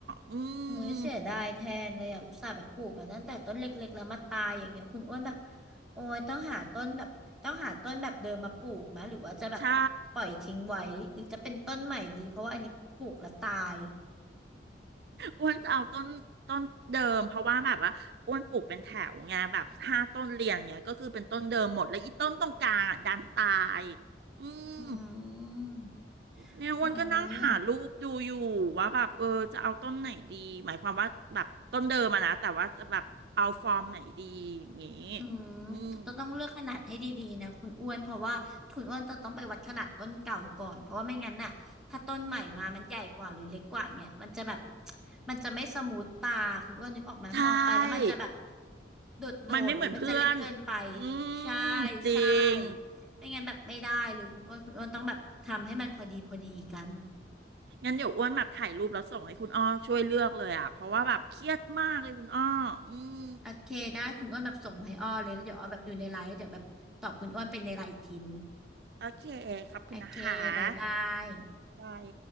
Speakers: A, on the right (about 60°); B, in the centre.
A: อื
B: มุ้ยเสียดายแทนเลยอ่ะอุตส่าห์แบบปลูกมาตั้งแต่ต้นเล็กๆแล้วมาตายอย่างเงี้ยคุณอ้วนแบบ
A: ม
B: โอ้ยต้องหาต้นแบบต้องหาต้นแบบเดิมมาปลูกไหมหรือว่าจะแบบปล่อยทิ้งไว้หรือจะเป็นต้นใหม่ดีเพราะว่าอันนี้ปลูกแล้วตาย
A: ใช่อ้วนจะเอาต้นต้นเดิมเพราะว่าแบบว่าอ้วนปลูกเป็นแถวไงแบบห้าต้นเรียงเนี่ยก็คือเป็นต้นเดิมหมดแล้วอีต้นตรงกลางอะดันตายอืม
B: อืม
A: เนี่ยอ้วนก็นั่งหารูปดูอยู่ว่าแบบเออจะเอาต้นไหนดีหมายความว่าแบบต้นเดิมอะนะแต่ว่าจะแบบเอาฟอร์มไหนดีอย่างงี้
B: โอ้ย อืมตต้องเลือกขนาดให้ดีๆนะคุณอ้วนเพราะว่าคุณอ้วนจะต้องไปวัดขนาดต้นเก่าก่อนเพราะว่าไม่งั้นน่ะถ้าต้นใหม่มามันใหญ่กว่าหรือเล็กกว่าเงี้ยมันจะแบบ
A: อืม
B: มันจะไม่สมูทตาคุณอ้วนนึกออกไหมมองไปแล้วมันจะแบบ
A: ใช่
B: โดดโดดหรือมันจะเล็กเกินไป
A: มันไม่เหมือนเพื่อนอื
B: ใช่
A: มจริง
B: ใช่ไม่งั้นแบบไม่ได้เลยคุณอ้วนคุณอ้วนต้องแบบทำให้มันพอดีพอดีกัน
A: งั้นเดี๋ยวอ้วนแบบถ่ายรูปแล้วส่งให้คุณอ้อช่วยเลือกเลยอะเพราะว่าแบบเครียดมากเลยคุณอ้ออืม
B: โอเคได้คุณอ้วนแบบส่งมาให้อ้อเลยแล้วเดี๋ยวอ้อแบบดูในไลน์แล้วเดี๋ยวแบบตอบคุณอ้วนเป็นในไลน์อีกทีนึง
A: โอเคขอบคุณนะคะ
B: โอเคบายบาย
A: บ๊ายบาย